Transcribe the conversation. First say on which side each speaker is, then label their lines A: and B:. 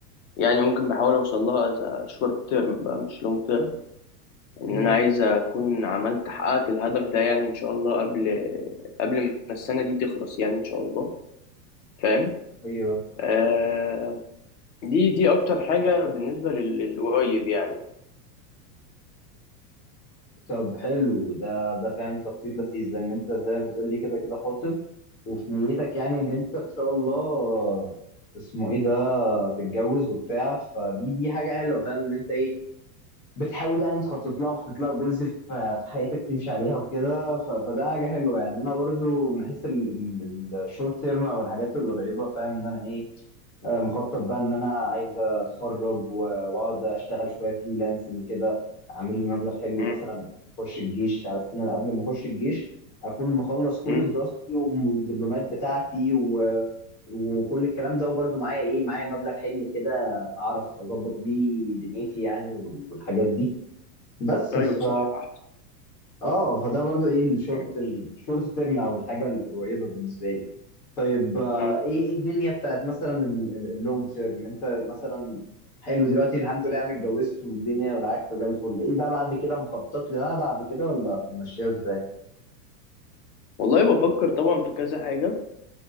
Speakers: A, on the left; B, on the left.
A: يعني ممكن بحاول أوصل لها از شورت تيرم بقى مش لونج تيرم إن
B: امم
A: أنا عايز أكون عملت حققت الهدف ده يعني إن شاء الله قبل قبل ما السنة دي تخلص يعني إن شاء الله فاهم
B: ايوه
A: آه دي دي أكتر حاجة بالنسبة لل- للقريب يعني
B: طب حلو ده ده فاهم تخطيط لذيذ لان انت زي ما بتقولي كده كده خاطب وفي نيتك يعني ان انت ان شاء الله اسمه ايه ده تتجوز وبتاع فدي دي حاجه حلوه فاهم ان انت ايه بتحاول يعني تخطط لها وحاطط لها جولز في في حياتك تمشي عليها وكده ف- فده حاجه حلوه يعني انا برضو من حيث الشورت تيرم او الحاجات القريبه فاهم ان انا ايه آه، مخطط بقى ان انا عايز اتخرج و- واقعد اشتغل شويه فريلانسنج كده اعمل لي مبلغ حلو
A: مم.
B: مثلا قبل ما اخش الجيش على سنة أنا قبل ما اخش الجيش اكون مخلص كل
A: مم.
B: دراستي والدبلومات بتاعتي و... وكل الكلام ده وبرده معايا ايه معايا مبلغ حلو كده اعرف اظبط بيه دنيتي يعني وال- والحاجات دي بس
A: ايوه
B: ف
A: صح احسن
B: اه فده برضو ايه الشورت
A: مم.
B: الشورت تيرم او الحاجه القريبه بالنسبه لي طيب آه،
A: مم.
B: ايه ايه الدنيا بتاعت مثلا اللونج تيرم انت مثلا حلو دلوقتي الحمد لله عم اتجوزت والدنيا معاك زي الفل ايه بقى بعد كده مخطط لها بعد كده ولا ماشيه ازاي
A: والله بفكر طبعا في كذا حاجه